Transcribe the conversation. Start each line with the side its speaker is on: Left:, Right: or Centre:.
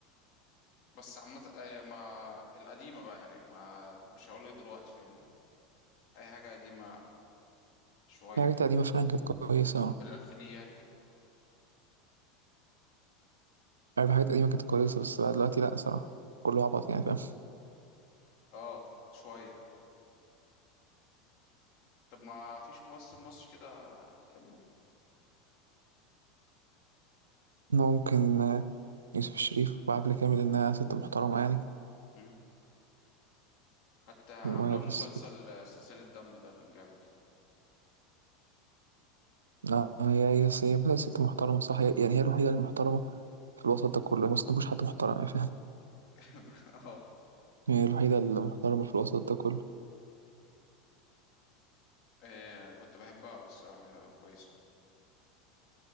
Left: بس عامه آه، ما القديمه بقى يعني ما مش هقول لك دلوقتي فاهمني اي حاجه قديمه شويه
Right: في حاجات
Left: كده
Right: قديمه فعلا كانت كويسه
Left: في الالفينيات كده
Right: عارف حاجات قديمه كانت كويسه بس بقى دلوقتي لا صراحه كله عبط يعني فاهم
Left: اه شويه طب ما فيش ممثل مصري كده بتحبه
Right: ممكن آه، يوسف الشريف وعبلة كامل انها ست محترمه يعني
Left: مم. كانت عامله
Right: وبس
Left: مسلسل
Right: كده
Left: آه، سلسله دم ده كان جامد
Right: لا هي هي هي بقى ست محترمة صح هي- يعني هي الوحيدة المحترمة في الوسط ده كله بس مفيش حد محترم يعني فاهم
Left: <laughs> اه
Right: هي الوحيدة المحترمة في الوسط ده كله
Left: آه، كنت بحبها الصراحه هي كويسه